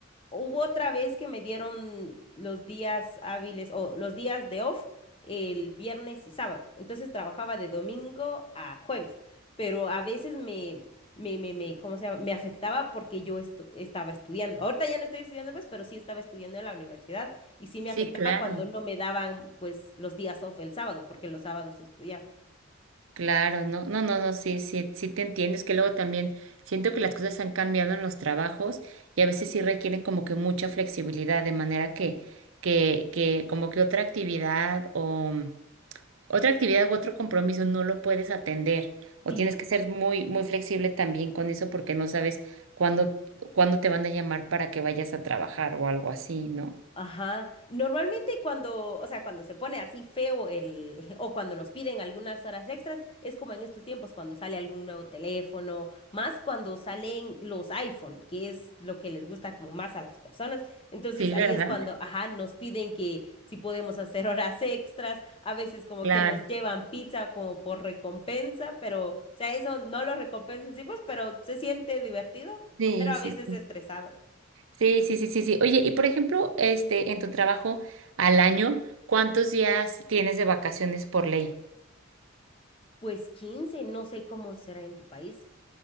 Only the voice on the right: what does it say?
Sí,
claro,
claro, no, no, no, no, sí, sí, sí te entiendo. Es que luego también siento que las cosas han cambiado en los trabajos y a veces sí requieren como que mucha flexibilidad, de manera que, que, que como que otra actividad o otra actividad u otro compromiso no lo puedes atender o
tienes que ser muy, muy flexible también con eso porque no sabes cuándo, cuándo te van a llamar para que vayas a trabajar o algo así, ¿no?
Sí,
¿verdad?
Claro.
Sí,
sí,
sí.
Sí, sí, sí, sí, sí. Oye, y por ejemplo, este, en tu trabajo al año, ¿cuántos días tienes de vacaciones por ley?